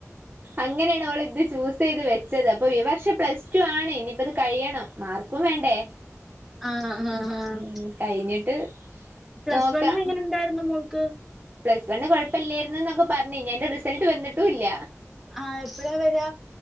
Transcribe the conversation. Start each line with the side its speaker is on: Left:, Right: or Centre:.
Right: അങ്ങനെയാണ് അവൾ ഇത് ചൂസ് ചെയ്ത് വെച്ചത് അപ്പൊ ഈ വർഷം പ്ലസ് ടു ആണ് ഇനിപ്പത് കഴിയണം മാർക്കും വേണ്ടേ
Centre: ആഹ് ആഹ്
Right: ഉം
Centre: ആഹ്
Right: ഉം കഴിഞ്ഞിട്ട്
Centre: പ്ലസ്
Right: നോക്കാം
Centre: വണിൽ എങ്ങനെ ഉണ്ടായിരുന്നു മോൾക്ക്
Right: പ്ലസ് വണ്ണ് കുഴപ്പില്ലായിരുന്നു എന്നൊക്കെ പറഞ്ഞു ഇനി അതിന്റ റിസൾട്ട് വന്നിട്ടും ഇല്ല
Centre: ആഹ് എപ്പഴാ വരാ